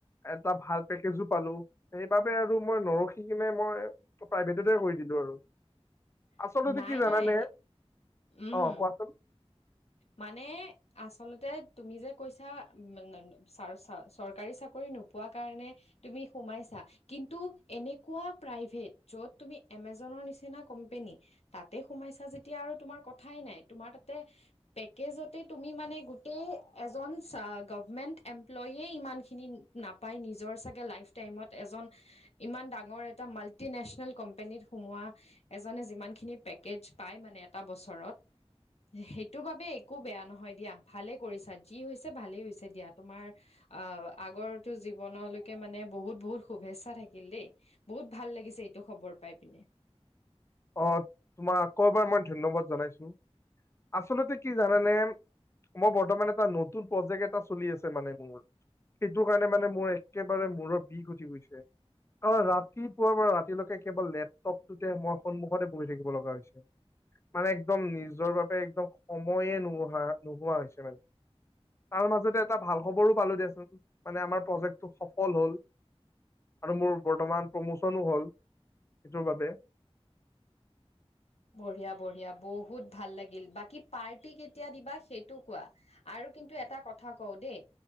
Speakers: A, on the left; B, on the left.
A: এটা ভাল পেকেজো পালো, সেইবাবে আৰু মই নৰখি কিনে মই- প্ৰাইভেটতে কৰি দিলো আৰু।
B: <inaudible>
A: আচলতে
B: নাই
A: কি জানানে?
B: নাই উম
A: অঁ কোৱাচোন।
B: মানে আচলতে তুমি যে কৈছা, মানে নে- চাৰ চাৰ চৰকাৰী চাকৰি নোপোৱা কাৰণে তুমি সোমাইছা- কিন্তু, এনেকুৱা প্ৰাইভেট য'ত তুমি এমেজনৰ নিচিনা কোম্পেনী- তাতে সোমাইছা যেতিয়া আৰু তোমাৰ কথাই নাই। তোমাৰ তাতে- পেকেজতে তুমি মানে গোটেই এজন চা গভমেন্ট এমপ্লইয়ে ইমানখিনি- নাপায় নিজৰ চাগে, লাইফ টাইমত এজন ইমান ডাঙৰ এটা মাল্টিনেচনেল কোম্পানীত সোমোৱা এজনে যিমান খিনি পেকেজ পায় মানে এটা বছৰত সেইটো বাবে একো বেয়া নহয় দিয়া, ভালে কৰিছা যি হৈছে ভালেই হৈছে দিয়া। তোমাৰ আঁহ আগৰটো জীৱনলৈকে মানে বহুত বহুত শুভেচ্ছা থাকিল দেই। বহুত ভাল লাগিছে এইটো খবৰ পাই পিনে।
A: অঁ তোমাক আকৌ এবাৰ মই ধন্যবাদ জনাইছো, আচলতে কি জানানে মই বৰ্তমান এটা নতুন প্ৰজেক্ট এটা চলি আছে মানে মোৰ। সেইটো কাৰণে মানে মোৰ একেবাৰে মূৰৰ বিষ উঠি গৈছে। অঁ ৰাতিপুৱাৰ পৰা ৰাতিলৈকে কেৱল লেপটপটোতে মই সন্মুখতে বহি থাকিব লগা হৈছে। মানে একদম নিজৰ বাবে একদম সময়ে নোহা নোহোৱা হৈছে মানে। তাৰ মাজতে এটা ভাল খবৰো পালোঁ দিয়াচোন, মানে আমাৰ প্ৰজেক্টটো সফল হ'ল। আৰু মোৰ বৰ্তমান প্ৰমোচনো হ'ল সেইটোৰ বাবে।
B: বঢ়িয়া বঢ়িয়া বহুত ভাল লাগিল, বাকী পাৰ্টি কেতিয়া দিবা সেইটো কোৱা। আৰু কিন্তু এটা কথা কওঁ দেই